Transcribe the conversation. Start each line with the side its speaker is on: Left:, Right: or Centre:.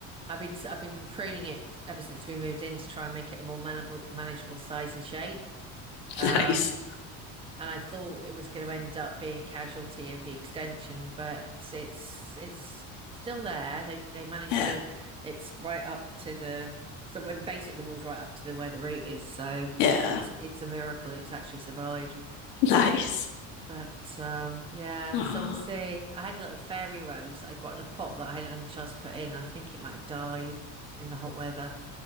Right: I've been I've been pruning it ever since we moved in to try and make it a more manageable manageable size and shape. Um,
Left: Nice.
Right: and I thought it was going to end up being a casualty of the extension, but it's it's still there. They they managed
Left: Yeah,
Right: to. It's right up to the so and basically the wall's right up to the where the route is. So
Left: yeah,
Right: it's it's a miracle it's actually survived.
Left: nice.
Right: But um, yeah,
Left: Aww.
Right: so we'll see. I had a little fairy rose that I'd got in a pot that I hadn't had a chance to put in. I think it might have died in the hot weather.